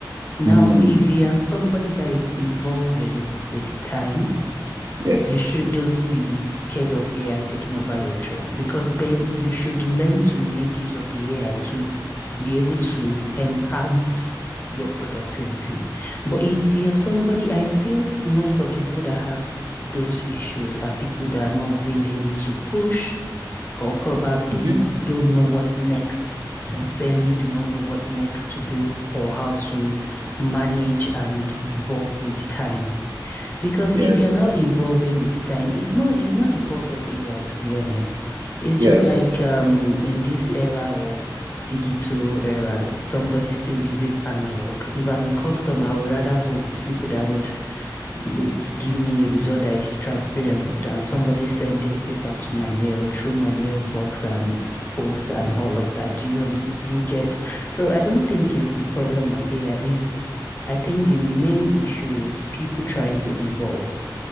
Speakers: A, on the left; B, on the right.
A: Now,
B: Mm,
A: if you are somebody that is evolving with time,
B: yes.
A: You shouldn't be scared of AI taking over your job because then you should learn to make use of the AI to be able to enhance your productivity. But if you're somebody, I feel most of the people that have those issues are people that are not willing to push or probably
B: Mhm.
A: don't know what next, sincerely do not know what next to do or how to manage and evolve with time. Because
B: Yes.
A: if you're not evolving with time, it's not it's not the fault of AI, to be honest. It's just
B: Yes.
A: like um in this era of digital era, somebody still uses analog. If I'm a customer, I would rather go with people that would would give me a result that is transparent than somebody sending paper to my mail through my mailbox and post and all of that. Do you und- you get? So I don't think it's the problem of AI is I think the main issue is people trying to evolve.